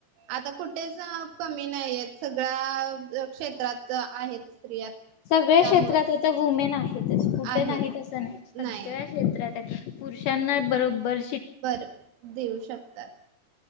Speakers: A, on the right; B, on the left.
A: आता कुठेच कमी नाही आहेत सगळा क्षेत्रात आहेत स्त्रिया
B: सगळ्या
A: त्यामु
B: क्षेत्रात आता वुमेन आहेतच कुट
A: आहेत
B: नाहीत अस नाही सगळ्या
A: नाही
B: क्षेत्रात पुरषांना बरोबर
A: बर देऊ शकतात.